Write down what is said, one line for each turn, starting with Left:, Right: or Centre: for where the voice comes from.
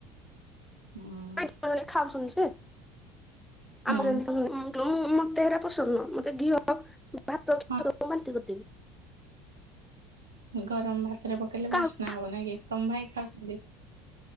Right: ହୁଁ
Centre: ହଁ ଏକାବେଳେ ଖାଉଛନ୍ତି ଯେ
Right: ହୁଁ
Centre: ଆମର ଏମତି <unintelligible> ଉଁ ଉଁ ଉଁ ମତେ ହେରା ପସନ୍ଦ ନୁହଁ ମତେ ଘିଅ ଭାତ
Right: ହଁ
Centre: <inaudible> ବାନ୍ତି କରିଦେବି।
Right: ଗରମ ଭାତରେ ପକେଇଲେ
Centre: କାହାକୁ
Right: ବାସ୍ନା ହବ ନାଇଁ କି ତମ ଭାଇ ଖାଉ ନ୍ତି